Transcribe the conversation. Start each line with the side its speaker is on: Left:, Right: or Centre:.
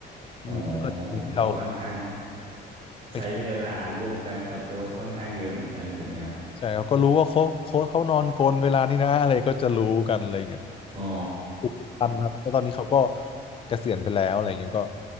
Left: อืมแล้วก็จะมีที่เรา
Right: อ๋อโอ้ก็ค่อนข้างใช้เวลาร่วมกันกับโค้ชค่อนข้างเยอะเหมือนกันถูกไหมฮะ
Left: ไปใช่เขาก็รู้ว่าโค้ชโค้ชเขานอนกลนเวลานี้นะอะไรก็จะรู้กันอะไรเงี้ย
Right: อ๋อ
Left: ทุกๆท่านครับแล้วตอนนี้เขาก็เกษียณไปแล้วอะไรเงี้ยก็